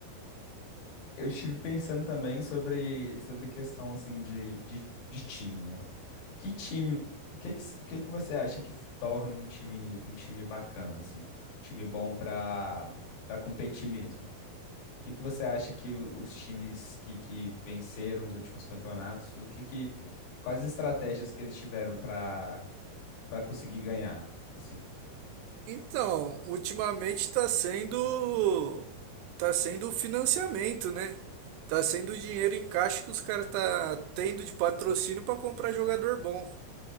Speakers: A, on the left (about 85°); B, on the right (about 85°).
A: Eu estive pensando também sobre, sobre questão assim de, de, de time, né? Que time,
B: Hum.
A: o que que, s- o que que você acha que f- torna um time um time bacana assim, um time bom para para competir mesmo? O que que você acha que o- os times que, que venceram os últimos campeonatos, o que que quais as estratégias que eles tiveram para para conseguir ganhar, assim?
B: Então, ultimamente está sendo tá sendo o financiamento, né? Tá sendo o dinheiro em caixa que os caras tá tendo de patrocínio para comprar jogador bom.